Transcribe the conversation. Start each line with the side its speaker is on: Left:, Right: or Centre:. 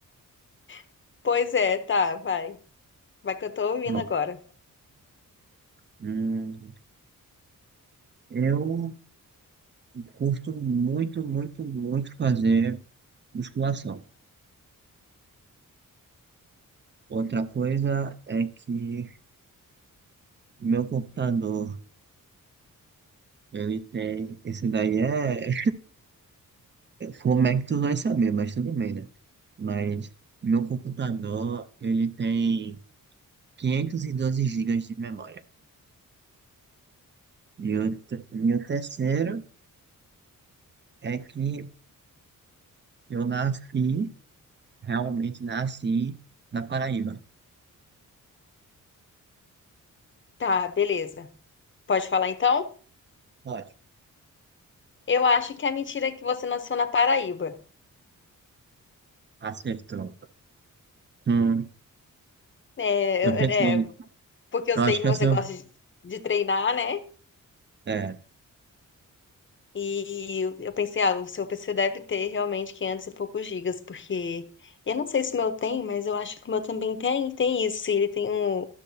Left: <laughs> Pois é, tá, vai. Vai que eu tô ouvindo
Right: Pronto.
Left: agora.
Right: Hum, eu curto muito, muito, muito fazer musculação. Outra coisa é que meu computador, ele tem. Esse daí é. Como é que tu vai saber, mas tudo bem, né? Mas meu computador, ele tem 512 gigas de memória. E o, te- e o terceiro. É que Eu nasci, realmente nasci na Paraíba.
Left: Tá, beleza. Pode falar então?
Right: Ótimo.
Left: Eu acho que a mentira é que você nasceu na Paraíba.
Right: Acertou. Hum,
Left: É,
Right: eu pensei,
Left: eu- é, porque eu
Right: eu
Left: sei
Right: acho que
Left: que você
Right: eu sou.
Left: gosta de de treinar, né?
Right: É,
Left: E eu eu pensei, ah, o seu PC deve ter realmente 500 e poucos gigas, porque eu não sei se o meu tem, mas eu acho que o meu também tem, tem isso. e Ele tem um,